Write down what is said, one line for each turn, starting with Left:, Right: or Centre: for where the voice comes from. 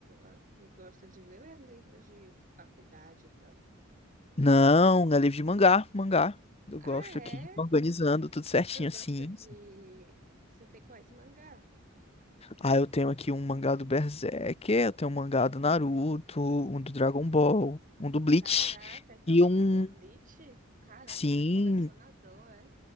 Right: ó, e gosta de ler ou é livros de faculdade, então?
Left: Não, não é livro de mangá, mangá. Eu
Right: Ah,
Left: gosto
Right: é?
Left: aqui, organizando tudo certinho
Right: Tu gosta
Left: assim.
Right: de... Você tem quais mangá?
Left: Ah, eu tenho aqui um mangá do Berserk, eu tenho um mangá do Naruto, um do Dragon Ball, um do Bleach
Right: Caraca, então,
Left: e um.
Right: do Bleach? Caraca,
Left: Sim,
Right: tá colecionador,